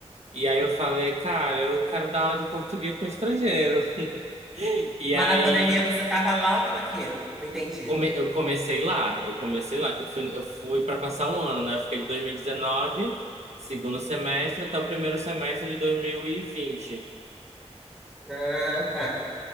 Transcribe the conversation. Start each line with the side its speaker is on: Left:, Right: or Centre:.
Right: e aí eu falei, cara, eu quero dar aula de português para estrangeiro. <laughs> E
Centre: Mas
Right: aí
Centre: na pandemia você estava lá ou estava aqui? Não entendi.
Right: come- eu comecei lá, eu comecei lá, que eu fui, eu fui para passar um ano, né? Eu fiquei de 2019, segundo semestre, até o primeiro semestre de dois mil e vinte
Centre: Ah, tá.